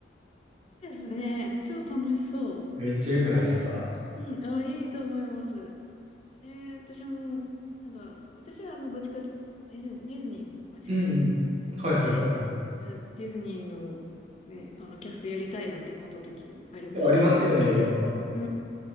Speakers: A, on the left (about 35°); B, on the right (about 40°).
A: ですね。超楽しそ
B: めっちゃ良くないですか
A: う。うん、あ、いいと思います。えー、私も、なんか、私はあの、どっちかってディズニー、ディズニーの方が近い
B: うんうん。はいはいはい。
A: ので、いや、ディズニーの、ね、あの、キャストやりたいなって思った時ありました。
B: いやありますよね、やっぱ。
A: うん、い